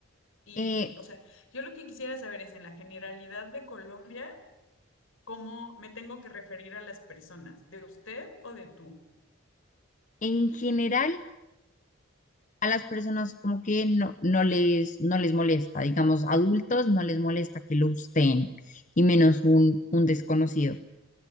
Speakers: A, on the left; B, on the left.
A: y,
B: eh,
A: o sea, yo lo que quisiera saber es en la generalidad de Colombia, ¿cómo me tengo que referir a las personas? ¿De usted o de tú?
B: en general a las personas como que no, no les, no les molesta, digamos, adultos no les molesta que lo usen y menos un, un desconocido.